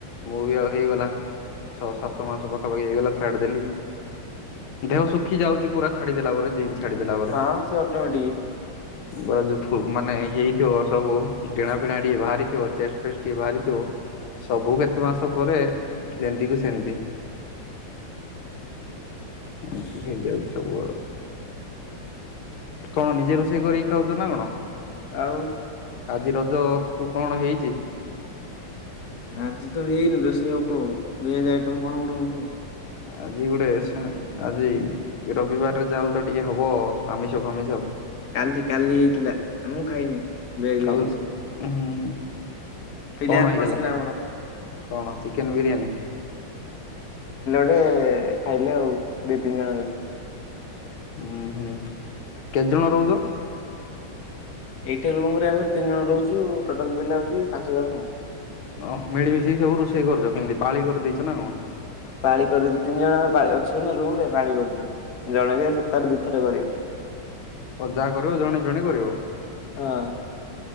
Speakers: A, on the left; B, on the left.
A: ମୁଁ ବି ଆଉ ହେଇଗଲା। ଛଅ ସାତ ମାସ ପାଖାପାଖି ହେଇଗଲା ଛାଡିଦେଲି। ଦେହ ଶୁଖିଯାଉଚି ପୁରା ଛାଡିଦେଲା ପରେ <unintelligible> ଛାଡିଦେଲା ପରେ।
B: ହଁ ସେ ଅଟୋମେଟିକ
A: ବା ଯୋଉ ଫୁ ମାନେ ଇଏ ହେଇଥିବ ସବୁ। ଡେଣାଫିଣା ଟିକେ ବାହାରି ଥିବ ଚେଷ୍ଟ ଫେଷ୍ଟ ଟିକେ ବାରିଥିବ। ସବୁ କେତେ ମାସ ପରେ ଯେମତିକୁ ସେମିତି। ଏକତି ହେଇଯାଉ ସବୁ ଆଉ। କଣ ନିଜେ ରୋଷେଇ କରିକି ଖାଉଚ ନା କଣ?
B: ଆଉ।
A: ଆଜି ରଜକୁ କଣ ହେଇଚି?
B: ଆଜି ତ ହେଇନି ରୋଷେଇ ହବ ଆଉ ଭେଜ ଆଇଟମ କଣ ଗୁଡେ ହବ ଆଉ।
A: ଆଜି ଗୋଟେ ଆଚ୍ଛା ଆଜି ରବିବାରରେ ଜାଲ ତ ଟିକେ ହବ ଆମିଷ ଫାମିଷ।
B: କାଲି କାଲି <unintelligible> ମୁଁ ଖାଇନି ଭେଜ
A: କାଲି
B: ହେଇଛି।
A: ଉଁ ହୁଁ ‌।
B: ପିଲାମାନେ
A: କଣ ହେଥିଲା?
B: କରିଥିଲେ ଆମର
A: କଣ ଚିକେନ ବିରିୟାନୀ?
B: ରେ ଖାଇଲୁ ଆଉ ଦି ତିନି ଜଣ
A: ହୁଁ ହୁଁ କେତେଜଣ ରହୁଚ?
B: ଏଇଠା ରୁମ ରେ ଆମ ତିନି ଜଣ ରହୁଚୁ। ଟୋଟାଲ ପିଲା ହଉଚି ପାଞ୍ଚ ଜଣ ଆଉ।
A: ଓହ ମିଳି ମୀସେଇ ସବୁ ରୋଷେଇ କରିଚ କେମତି ପାଳି କରିଦେଇଚ ନା କଣ?
B: ପାଣି କରିଦେଇଚୁ। ତିନି ଜଣ ଆମେ ପା ଅଛୁ ରୁମ ରେ ପାଳି କରୁଚୁ। ଜଳଖିଆ ସପ୍ତାହରେ ଦିଇଥର କରିବ।
A: ଅଧା କରିବ ଜଣେ ଜଣେ କରିବ।
B: ଆ